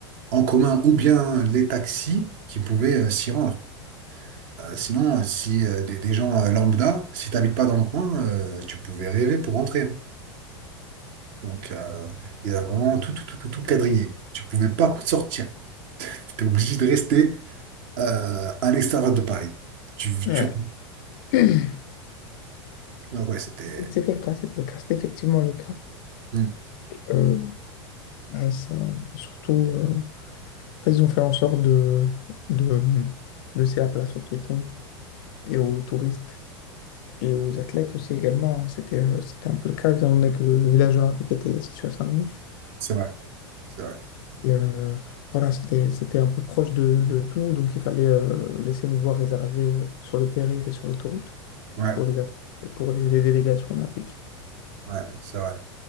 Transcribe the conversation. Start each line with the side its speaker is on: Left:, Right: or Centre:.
Right: en commun ou bien les taxis qui pouvaient euh, s'y rendre. Euh, sinon, euh, si euh, des, des gens euh, lambda, si tu pas dans le coin, euh, tu pouvais rêver pour rentrer. hein. Donc, euh, il y a vraiment tout, tout, tout, tout, tout quadrillé. Tu pouvais pas sortir. Tu étais obligé de rester euh, à l'extérieur de Paris. Tu,
Left: Ouais.
Right: tu...
Left: <clears throat>
Right: Ah Ouais, c'était...
Left: C'était le cas, c'était le cas, c'était effectivement le cas.
Right: Hmm,
Left: Euh, bah, ça, surtout. euh, fait, ils ont fait en sorte de, de, de laisser la place aux piétons et aux touristes et aux athlètes aussi également. C'était euh, c'était un peu le cas, étant donné que le village olympique était situé à Saint-Denis.
Right: c'est vrai, c'est vrai.
Left: Et, euh, voilà, c'était c'était un peu proche de, de tout, donc il fallait euh, laisser une voie réservée euh, sur le périph' et sur l'autoroute
Right: Ouais,
Left: pour les athlètes et pour les, les délégations olympiques.
Right: ouais, c'est vrai.